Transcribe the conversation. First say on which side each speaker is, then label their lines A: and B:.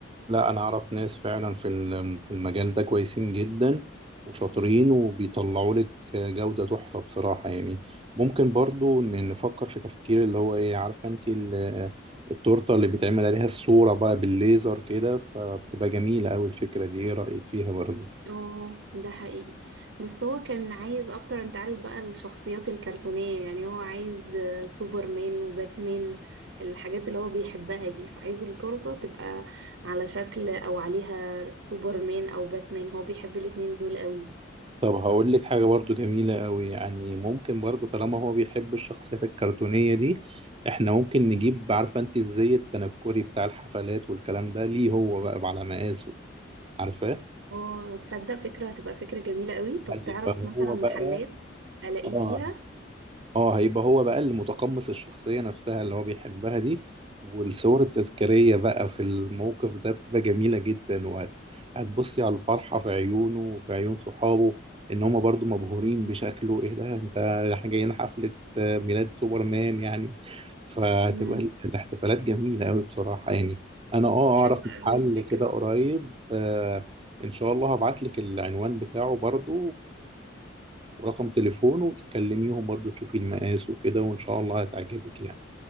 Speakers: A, on the right (about 30°); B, on the right (about 75°).
A: لا انا اعرف ناس فعلا في ال- في المجال ده كويسين جدا وشاطرين وبيطلعوا لك جودة تحفة بصراحة يعني ممكن برضو إن نفكر في تفكير اللي هو ايه عارفة انت ال- التورتة اللي بيتعمل عليها الصورة بقى بالليزر كده فبتبقى جميلة أوي الفكرة دي ايه رأيك فيها برضو
B: اه ده حقيقي بس هو كان عايز اكتر انت عارف بقى الشخصيات الكرتونية يعني هو عايز آه، سوبرمان وباتمان الحاجات اللي هو بيحبها دي فعايز التورتة تبقى على شكل او عليها سوبرمان او باتمان هو بيحب الاتنين دول قوي
A: طب هقول لك حاجة برضو جميلة أوي يعني ممكن برضو طالما هو بيحب الشخصيات الكرتونية دي احنا ممكن نجيب عارفة انت الزي التنكري بتاع الحفلات والكلام ده ليه هو بقى على مقاسه عارفاه؟
B: اه تصدق فكرة هتبقى فكرة جميلة قوي طب
A: أيوة
B: تعرف
A: فهو
B: مثلا محلات
A: بقى
B: الاقيه
A: آه
B: فيها
A: اه هيبقى هو بقى اللي متقمص الشخصية نفسها اللي هو بيحبها دي والصور التذكارية بقى في الموقف ده بتبقى جميلة جدا وهت- هتبصي على الفرحة في عيونه وفي عيون صحابه ان هما برضو مبهورين بشكله ايه ده انت احنا جايين حفلة آه، ميلاد سوبرمان يعني فهتبقى
B: امم
A: ال- الاحتفالات جميلة قوي بصراحة يعني انا اه
B: حلوة
A: اعرف محل
B: قوي الفكرة
A: كده قريب
B: دي
A: آه ان شاء الله هبعت لك العنوان بتاعه برضو ورقم تليفونه وتكلميهم برضه تشوفي المقاس وكده وإن شاء الله هتعجبك يعني